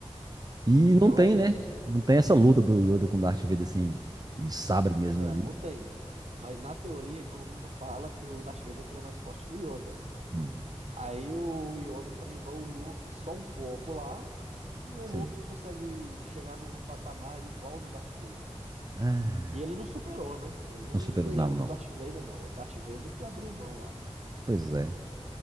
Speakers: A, on the right (about 35°); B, on the right (about 75°).
A: E
B: Então
A: não tem,
B: é essa.
A: né? Não tem essa luta do Yoda com o Darth Vader, assim, de sabre mesmo
B: É,
A: ali.
B: não tem. Mas na teoria, e todo mundo fala que o Darth Vader seria mais forte que o Yoda.
A: Hum,
B: Aí o Yoda treinou o Luke só um pouco lá, e o
A: sim.
B: Luke consegue chegar num patamar igual ao do Darth Vader.
A: Ah,
B: Que ele não superou, né? Ele não
A: não superou,
B: ganhava
A: não, não.
B: do Darth Vader, não. O Darth Vader que abriu mão lá.
A: Pois é.